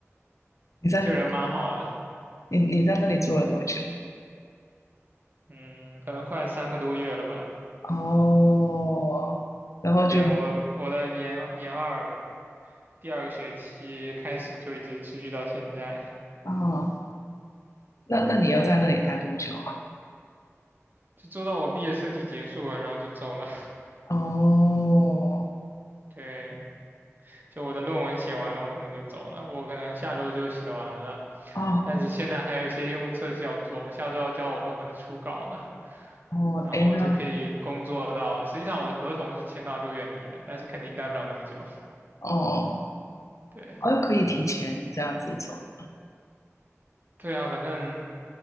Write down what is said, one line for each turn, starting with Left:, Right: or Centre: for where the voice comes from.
Left: 你在那里，
Right: 就人蛮好的，
Left: 你你在那里住了多久？
Right: 嗯，可能快三个多月了吧。
Left: 哦，然后就，
Right: 对，我我的研研二第二个学期开始就一直持续到现在，
Left: 哦，那那你要在那里待多久啊？
Right: 就做到我毕业设计结束了，然后就走了。
Left: 哦，
Right: <laughs> 对，就我的论文写完了，我可能就走了，我可能下周就写完了，
Left: 哦，
Right: 但是现在还有一些用户测试要做，我下周要交我论文的初稿了，
Left: 哦，
Right: 然后就可以工作到，
Left: 哎，那，
Right: 实际上我的合同是签到六月底的，但是肯定待不了那么久。
Left: 哦，
Right: 对，
Left: 哦，可以提前这样子走。
Right: 对啊，反正